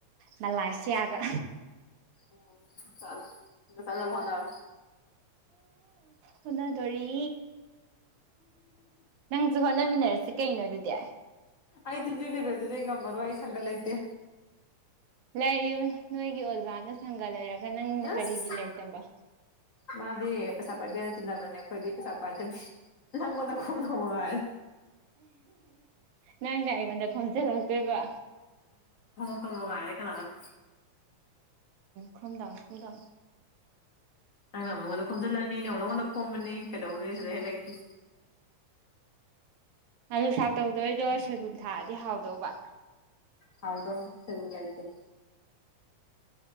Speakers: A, on the right; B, on the left.
A: ꯃꯂꯥꯁꯤꯌꯥꯒ
B: ꯑꯣ ꯆꯂ ꯁꯖ ꯐꯣꯅꯥꯔ
A: ꯍꯅꯥꯗꯣꯔꯤ ꯅꯪꯁꯨ ꯍꯣꯠꯅꯃꯤꯟꯅꯔꯁꯤ ꯀꯩꯅꯣ ꯑꯗꯨꯗꯤ
B: ꯑꯩꯗꯤ ꯂꯩꯕꯦꯜꯗꯨꯗꯤ ꯉꯝꯃꯔꯣ ꯑꯩ ꯁꯪꯒ ꯂꯩꯇꯦ
A: ꯂꯩꯌꯨ ꯅꯣꯏꯒꯤ ꯑꯣꯖꯥꯅ ꯁꯪꯒ ꯂꯩꯔꯒ ꯅꯪꯅ
B: ꯑꯁ
A: ꯀꯔꯤꯒꯤ ꯂꯩꯇꯕ
B: ꯃꯥꯗꯤ ꯄꯩꯁꯥ ꯄꯥꯏꯗꯦꯅ ꯇꯤꯟꯅꯕꯅꯦ ꯑꯩꯈꯣꯏꯗꯤ ꯄꯩꯁꯥ ꯄꯥꯏꯗꯕ ꯅꯪꯉꯣꯟꯗ ꯈꯣꯡ ꯍꯣꯡ ꯉꯥꯏ
A: ꯅꯪ ꯅ ꯑꯩꯉꯗ ꯈꯣꯟꯆ ꯂꯥꯛꯇꯣꯏꯕ
B: ꯃꯒꯥꯏꯔꯦ ꯀꯅꯥꯅꯗ
A: ꯈꯝꯗꯥꯡ ꯈꯝꯗ
B: ꯅꯪꯅ ꯃꯉꯣꯟꯗ ꯈꯣꯝꯖꯤꯜꯂꯑꯅꯤ ꯑꯩꯅ ꯑꯃꯛꯉꯣꯟꯗ ꯈꯣꯝꯃꯅꯤ ꯀꯩꯗꯧꯅꯤꯅꯤ ꯁꯤꯗ ꯍꯦꯛ ꯂꯩꯇ꯭ꯦ
A: ꯑꯜꯂꯨ ꯁꯥꯛ ꯇꯧꯗꯣꯏꯗꯣ ꯁꯣꯏꯕꯨꯝ ꯊꯥꯑꯗꯤ ꯍꯥꯎꯗꯧꯕ
B: ꯍꯥꯎꯗꯣ ꯁꯔꯂꯥꯏꯇ